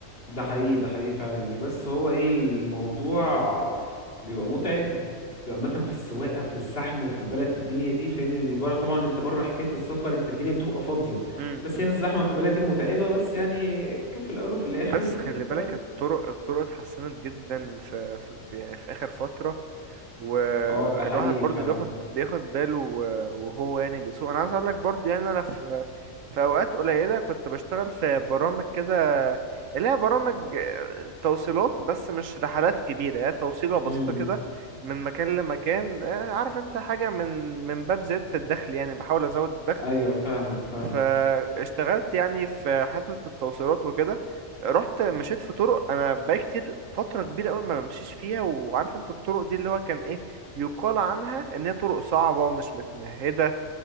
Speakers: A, on the left; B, on the right.
A: ده حقيقي ده حقيقي فعلا يعني بس هو ايه الموضوع بيبقى متعب عامة في السواقة في الزحمة وفي البلد في الدنيا دي فاهمني ان بره طبعا انت بره حكاية السفر انت الدنيا بتبقى فاضية
B: امم
A: بس هي الزحمة في البلد دي متعبة بس يعني كفي الأول وفي الآخر
B: بس خلي بالك
A: فعلا
B: الطرق الطرق اتحسنت جدا في في في, يعني في آخر فترة والواحد
A: اه ده حقيقي
B: برضو
A: فعلا
B: بياخد بياخد باله و- وهو يعني بيسوق انا عايز اقول لك برضو يعني انا في في اوقات قليلة كنت بشتغل في برامج كده اللي هي برامج آه، توصيلات بس مش رحلات كبيرة هي توصيلة بسيطة
A: امم
B: كده من مكان لمكان آه، عارف انت حاجة من من باب زيادة الدخل يعني بحاول ازود الدخل
A: ايوه فاهمك فاهمك
B: فاشتغلت يعني في حتة التوصيلات وكده رحت مشيت في طرق انا بقى كتير فترة كبيرة قوي ما بمشيش فيها وعارف انت الطرق دي اللي هو كان ايه يقال عنها ان هي طرق صعبة ومش متمهدة